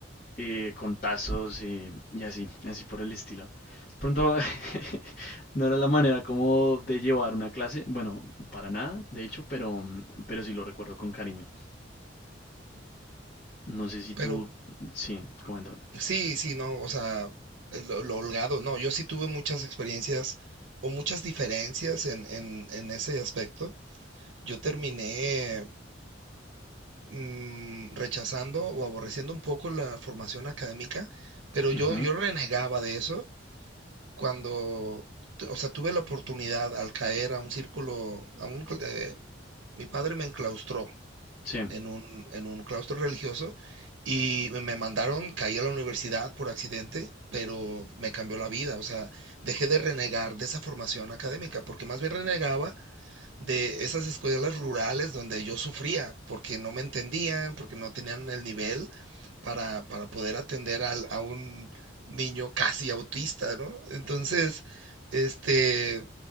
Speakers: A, on the left; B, on the right.
A: eh, con tazos eh, y así, así por el estilo. Pronto <laughs> no era la manera como de llevar una clase, bueno, para nada, de hecho, pero, pero sí lo recuerdo con cariño. No sé si tú,
B: pero
A: sí, coméntame.
B: sí, sí, no, o sea, eh, lo, lo holgado, no, yo sí tuve muchas experiencias o muchas diferencias en, en, en ese aspecto. Yo terminé mm, rechazando o aborreciendo un poco la formación académica, pero
A: Ujú,
B: yo, yo renegaba de eso cuando, tu- o sea, tuve la oportunidad al caer a un círculo, a un, cl- eh, mi padre me enclaustró
A: Sí,
B: en un, en un claustro religioso y me me mandaron, caí a la universidad por accidente, pero me cambió la vida, o sea, dejé de renegar de esa formación académica, porque más bien renegaba de esas escuelas rurales donde yo sufría, porque no me entendían, porque no tenían el nivel para, para poder atender al- a un niño casi autista, ¿no? Entonces, este,